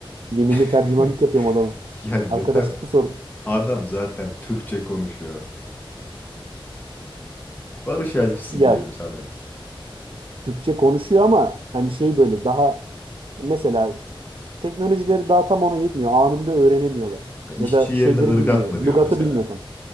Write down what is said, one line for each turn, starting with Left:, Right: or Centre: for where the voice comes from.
Right: Yeminli
Left: <laughs>
Right: tercümanlık yapıyorum adamı.
Left: Ya ne
Right: Arkadaşlık
Left: ter...
Right: bu sorun.
Left: Adam zaten Türkçe konuşuyor. Barış elçisi
Right: Ya
Left: diyelim sana biz.
Right: Türkçe konuşuyor ama hani şey böyle daha mesela teknolojileri daha tam ona yetmiyor. Anında öğrenemiyorlar.
Left: İşçi
Right: Ya da
Left: yerine
Right: şeyleri
Left: ırgat
Right: bilmiyor.
Left: mı
Right: Lügatı
Left: diyor mesela.
Right: bilmiyor tam.